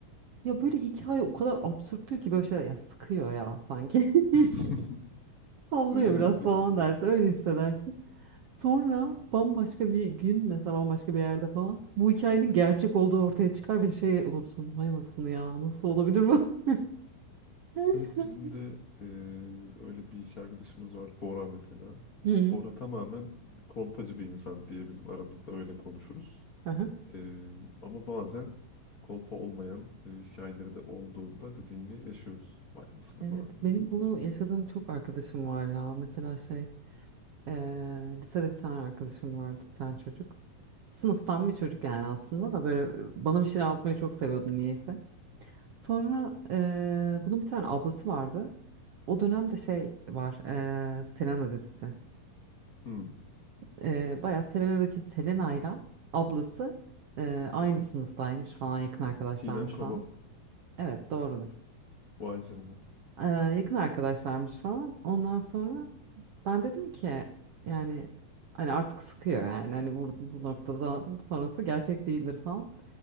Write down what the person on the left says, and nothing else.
<laughs>
Öyle mi
hissettirdi?
Evet bizim de e, öyle bir iki arkadaşımız var. Bora mesela.
Bora tamamen kolpacı bir insan diye bizim aramızda öyle konuşuruz.
Ee, ama bazen kolpa olmayan e, hikayeleri de olduğunda dediğini yaşıyoruz. Vay anasını
falan diyorum.
ben. Hmm.
Sinem Kaba
vay canına.